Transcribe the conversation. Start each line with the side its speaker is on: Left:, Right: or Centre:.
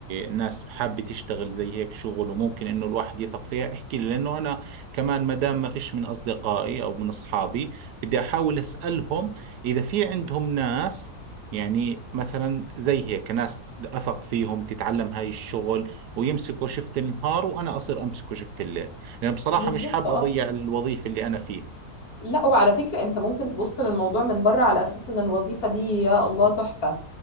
Right: ناس حابه تشتغل زي هيك شغل وممكن انه الواحد يثق فيها احكي لي لانه انا كمان ما دام ما فيش من اصدقائي او من اصحابي بدي احاول اسالهم اذا في عندهم ناس يعني مثلا زي هيك ناس اثق فيهم تتعلم هاي الشغل ويمسكوا شفت النهار وانا اصير امسكه شفت الليل لان بصراحه
Left: بالظبط
Right: مش حاب
Left: اه
Right: اضيع الوظيفه اللي انا فيها
Left: لا وعلى فكرة انت ممكن تبص للموضوع من بره على اساس ان الوظيفة دي يا الله تحفة